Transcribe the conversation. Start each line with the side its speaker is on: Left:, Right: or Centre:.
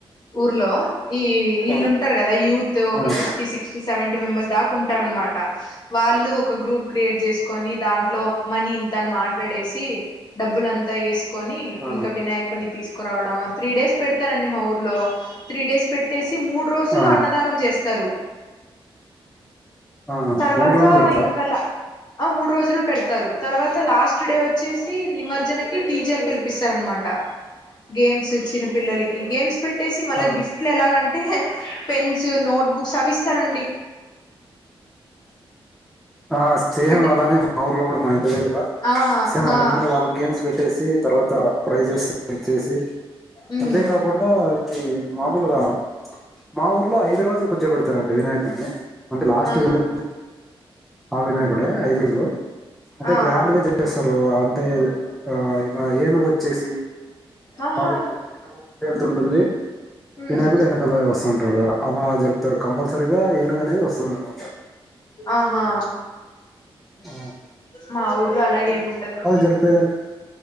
Left: ఊర్లో ఈ వీళ్ళుంటారు
Centre: ఆ
Left: కదా యూత్ ఒక
Centre: ఆ
Left: ఫిఫ్టీ సిక్స్టీ సెవెంటీ మెంబర్స్ దాకా ఉంటార అనమాట వాళ్ళు ఒక గ్రూప్ క్రియేట్ చేసుకొని దాంట్లో మనీ ఇంతని మాట్లాడేసి డబ్బులంతా త ఏసు కొని
Centre: ఆ
Left: ఇంకా వినాయకుడిని తీసుకురావడం త్రీ డేస్ పెడతారండి మా ఊర్లో త్రీ డేస్ పెట్టేసి మూడు రోజులు
Centre: ఆ
Left: అన్నదానం చేస్తారు
Centre: ఆ
Left: తర్వాత
Centre: మూడు రోజులు పెడతా
Left: ఇంకలా ఆ మూడు రోజులు పెడతారు తర్వాత లాస్ట్ డే వచ్చేసి నిమజ్జన కి డీజే లు పిలిపిస్తారు అనమాట గేమ్స్ చిన్నపిల్లలకి గేమ్స్ పెట్టీ పెట్టేసి మళ్ళా
Centre: ఆ
Left: గిఫ్ట్లు ఎలాగంటే పెన్స్ నోట్బుక్స్ అవి ఇస్తారండి
Centre: ఆ సేమ్
Left: అంటే
Centre: అలానే మా ఊర్లో కూడా మా ఇంటి దగ్గర
Left: ఆ
Centre: సేమ్ అలానే
Left: ఆ
Centre: వాళ్ళ గేమ్స్ పెట్ పెట్టేసి తర్వాత ప్రైజెస్ ఇచ్చేసి
Left: ఉమ్
Centre: అంతే కాకుండా అ మామూలుగా మా ఊర్లో ఐదు రోజులు కూర్చోబెడతారండి వినాయకున్నీ అంటే లాస్ట్
Left: ఆహా
Centre: వెలీ ఆ వినాయకుడే ఐదు రోజులు అంటే
Left: ఆ
Centre: గ్రాండ్గా
Left: ఆ
Centre: చేస్తా రు అంతే ఆ ఇలా ఏనుగు వచ్చేసి
Left: ఆహా
Centre: మాగులున ము వెళ్తుంటుంది
Left: ఉమ్
Centre: వినాయకుడు వెనకాల వస్తుంటాడు అలా జరుపుతారు కంపల్సరీగా ఏనుగనేది వస్తుంది అనమాట
Left: ఆహా
Centre: ఆ
Left: మా ఊర్లో అలాగే ముండదు
Centre: జరిపేదంటే